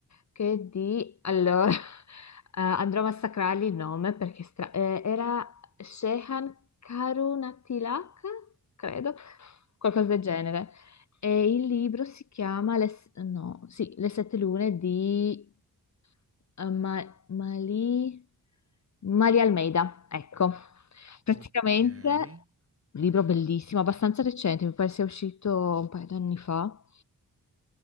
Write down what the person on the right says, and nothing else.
O-
Ok. Le